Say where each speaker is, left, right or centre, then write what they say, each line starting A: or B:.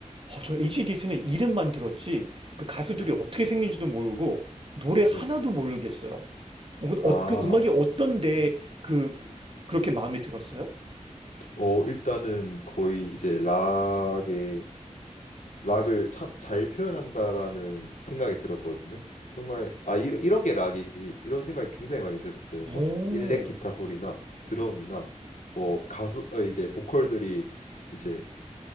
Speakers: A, on the right; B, on the left.
A: 어, 저 AC/DC는 이름만 들었지 그 가수들이
B: 네.
A: 어떻게 생긴지도 모르고 노래 하나도
B: 네.
A: 모르겠어요. 어, 근데
B: 아,
A: 어, 그 음악이 어떤데 그 그렇게 마음에 들었어요?
B: 어, 일단은 거의 이제 락의 락을 참 잘 표현한다라는 생각이 들었거든요. 정말 아 이런 이런 게 락이지 이런 생각이 굉장히 많이 들었어요.
A: 오,
B: 막 일렉 기타 소리나 드럼이나 뭐 가수 어, 이제 보컬들이 이제